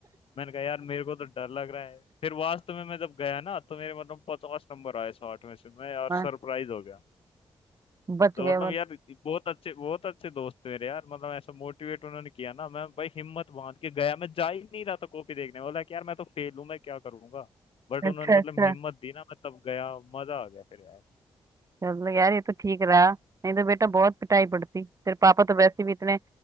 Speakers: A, on the left; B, on the right.
A: मैंने कहा यार मेरे को तो डर लग रहा है फिर वास्तव में मैं जब गया ना तो मेरे मतलब पचास नंबर आए साठ में से मैं यार
B: हाँ,
A: सरप्राइज हो
B: बच
A: तो
B: गए
A: मतलब
B: मत
A: यार बहुत अच्छे बहुत अच्छे दोस्त मेरे यार मतलब ऐसा मोटिवेट उन्होंने किया ना मैं भाई हिम्मत बांध के गया मैं जा ही नहीं रहा था कॉपी देखने बोला कि यार मैं तो फेल हूं मैं क्या करूंगा बट
B: अच्छा
A: उन्होंने
B: अच्छा
A: मतलब हिम्मत दी ना मैं तब गया मजा आ गया फिर यार
B: चलो यार ये तो ठीक रहा नहीं तो बेटा बहुत पिटाई पड़ती तेरे पापा तो वैसे भी इतने